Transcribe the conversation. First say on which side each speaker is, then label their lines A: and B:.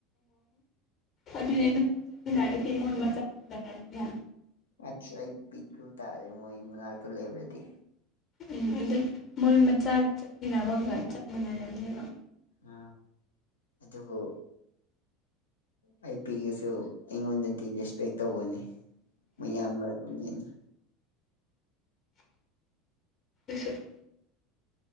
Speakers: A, on the left (about 40°); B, on the left (about 75°).
A: ꯑꯗꯨꯗꯤ ꯅꯣꯏꯅ ꯆꯠꯃꯤꯟꯅꯒꯗꯤ ꯃꯣꯏ ꯃꯆꯥꯖꯔꯅꯤ
B: ꯑꯁ ꯑꯩ ꯄꯤꯛꯇꯔꯨ ꯇꯥꯔꯦ ꯃꯣꯏ ꯃꯅꯥꯛꯇ ꯂ‌ꯦꯞꯔꯗꯤ
A: ꯎꯝ ꯑꯗꯨ ꯃꯣꯏ ꯃꯆꯥꯒ ꯆꯠꯃꯤꯟꯅꯅꯕꯒ ꯆꯞ ꯃꯥꯟꯅꯔꯕꯅꯦꯕ
B: ꯑ ꯑꯗꯨꯕꯨ ꯑꯩ ꯄꯤꯑꯁꯨ ꯑꯩꯉꯣꯟꯗꯗꯤ ꯔꯦꯁꯄꯦꯛ ꯇꯧꯕꯅꯤ ꯃꯌꯥꯝ ꯃꯔ <unintelligible> ꯀꯨꯝꯅꯤꯅ
A: ꯁ <unintelligible>